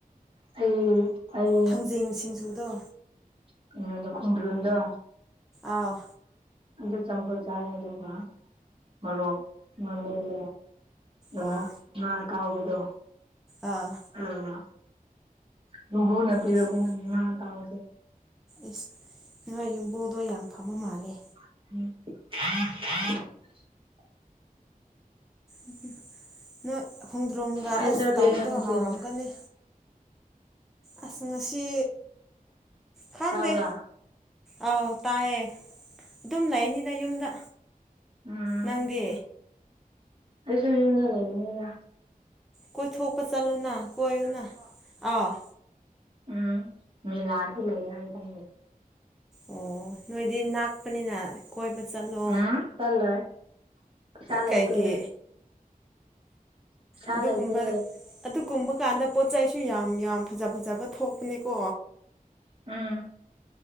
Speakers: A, on the right; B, in the centre.
A: ꯑꯩ ꯑꯩ
B: ꯊꯥꯡꯖꯤꯡ ꯁꯤꯡꯖꯨꯗꯣ
A: ꯀꯩꯅꯣꯗꯣ ꯈꯣꯡ ꯗꯔꯨꯝ ꯗꯣ
B: ꯑꯥ
A: ꯑꯗꯨ ꯆꯝꯑꯣꯐꯨꯠ ꯆꯥꯏ ꯑꯗꯨꯒ ꯃꯣꯔꯣꯛ ꯃꯦꯠꯂꯦ ꯑꯗꯨꯒ
B: ꯑꯣ
A: ꯉꯥ ꯑꯇꯥꯎꯕꯗꯣ
B: ꯑꯥ
A: ꯀꯔꯤꯔꯥ ꯌꯨꯝꯕꯨ ꯅ ꯄꯤꯔꯛꯄꯅꯦ
B: ꯏꯁ
A: ꯉꯥ ꯑꯇꯧꯕꯁꯦ
B: ꯏꯁ ꯅꯣꯏ ꯌꯨꯝꯕꯨꯗꯣ ꯌꯥꯝ ꯐꯕ ꯃꯥꯜꯂꯦ
A: ꯍꯥ <unintelligible>
B: ꯎꯝ ꯅꯣꯏ ꯍꯣꯡꯗ꯭ꯔꯣꯝꯒ
A: ꯍꯥꯏꯖꯔꯛꯀꯦꯔꯥ
B: ꯑꯁ ꯇꯧꯕꯗꯣ
A: ꯉꯁꯤ
B: ꯍꯥꯎꯔꯝꯒꯅꯤ ꯑꯁ ꯉꯁꯤ ꯈꯪꯗꯦ
A: ꯇꯥꯕ꯭ꯔꯥ
B: ꯑꯥꯎ ꯇꯥꯏꯌꯦ ꯑꯗꯨꯝ ꯂꯩꯅꯤꯗ ꯌꯨꯝꯗ
A: ꯎꯝ
B: ꯅꯪꯗꯤ
A: ꯑꯩꯁꯨ ꯌꯨꯝꯗ ꯂꯩꯕꯅꯦꯗꯥ
B: ꯀꯣꯏ ꯊꯣꯛꯄ ꯆꯠꯂꯨꯅ ꯀꯣꯏꯌꯨꯅ ꯑꯥꯎ
A: ꯎꯝ ꯃꯤꯂꯥꯗꯤ ꯂꯩ ꯍꯥꯌꯦ ꯈꯪꯗꯦ
B: ꯑꯣ ꯅꯣꯏꯗꯤ ꯅꯛꯄꯅꯤꯅ ꯀꯣꯏꯕ ꯆꯠꯂꯣ
A: ꯎꯝ ꯆꯠꯂꯣꯏ ꯄꯩꯁꯥ ꯂꯩꯇꯦ
B: ꯀꯩꯒꯤ
A: ꯄꯩꯁꯥ
B: ꯑꯗꯨꯒꯨꯝꯕ
A: ꯂꯩꯇꯦ
B: ꯑꯗꯨꯝ ꯀꯨꯝꯕ ꯀꯥꯟꯗ ꯄꯣꯠ ꯆꯩꯁꯨ ꯌꯥꯝ ꯌꯥꯝ ꯐꯖ ꯐꯖꯕ ꯊꯣꯛꯄꯅꯦꯀꯣ
A: ꯎꯝ